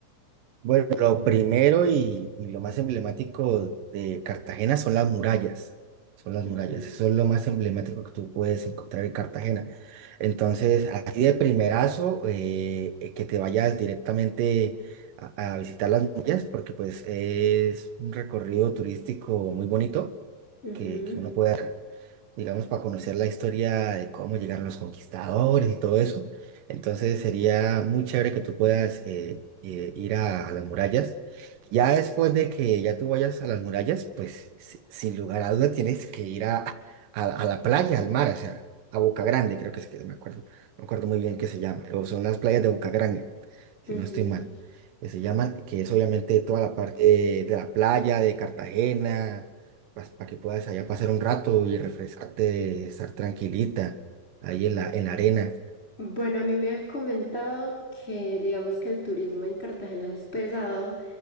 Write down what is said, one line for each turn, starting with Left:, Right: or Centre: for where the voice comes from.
Right: Bueno, lo primero y, y lo más emblemático de Cartagena son las murallas. Son las murallas.
Left: Ujú,
Right: Eso es lo más emblemático que tú puedes encontrar en Cartagena. Entonces, así de primerazo, eh, eh, que te vayas directamente a, a visitar las murallas, porque pues es un recorrido turístico muy bonito
Left: ujú,
Right: que, que uno puede hacer, digamos, para conocer la historia de cómo llegaron los conquistadores y todo eso. Entonces sería muy chévere que tú puedas eh, eh, ir a, a las murallas. Ya después de que ya tú vayas a las murallas, pues si- sin lugar a duda tienes que ir a, a, a la playa, al mar, o sea, a Boca Grande, creo que es que me acuerdo, me acuerdo muy bien que se llama, o son las playas de Boca Grande, si
Left: ujú.
Right: no estoy mal, que se llaman, que es obviamente toda la parte eh, de la playa, de Cartagena, para que puedas allá pasar un rato y refrescarte, estar tranquilita ahí en la, en la arena.
Left: Bueno, a mí me han comentado que digamos que el turismo en Cartagena es pesado